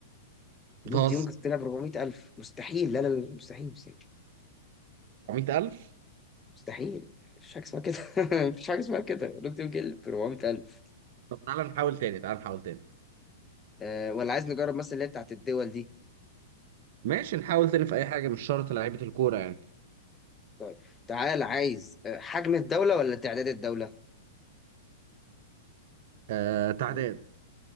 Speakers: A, on the left; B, on the right.
A: لوك
B: بتهزر
A: دي يونج طلع ب 400000 مستحيل لا لا لا مستحيل مستحيل
B: 400000
A: مستحيل مفيش حاجه اسمها كده <laughs> مفيش حاجه اسمها كده لوك دي يونج ب 400000
B: طب تعالى نحاول تاني تعالى نحاول تاني
A: أه ولا عايز نجرب مثلا اللي هي بتاعت الدول دي
B: ماشي نحاول تاني في اي حاجه مش شرط لعيبه الكوره يعني
A: طيب تعال عايز آه، حجم الدولة ولا تعداد الدولة؟
B: آه تعداد
A: مم.